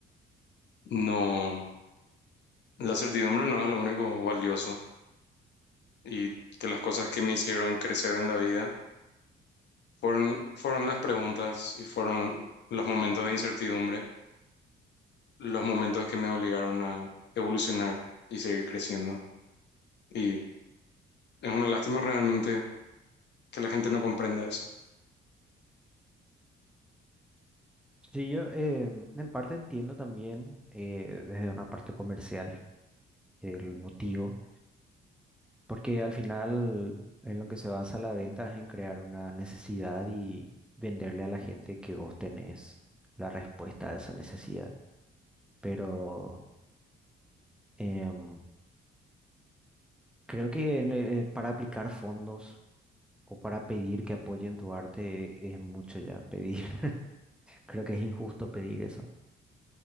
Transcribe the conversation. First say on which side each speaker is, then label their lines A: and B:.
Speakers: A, on the left (about 60°); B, in the centre.
A: no, la certidumbre no es lo único valioso y que las cosas que me hicieron crecer en la vida fueron, fueron las preguntas y fueron los momentos de incertidumbre, los momentos que me obligaron a evolucionar y seguir creciendo. Y es una lástima realmente que la gente no comprenda eso.
B: Sí, yo eh, en parte entiendo también eh, desde una parte comercial el motivo, porque al final en lo que se basa la venta es en crear una necesidad y venderle a la gente que vos tenés la respuesta a esa necesidad. Pero em, creo que en, eh, para aplicar fondos o para pedir que apoyen tu arte es mucho ya pedir. <laughs> Creo que es injusto pedir eso.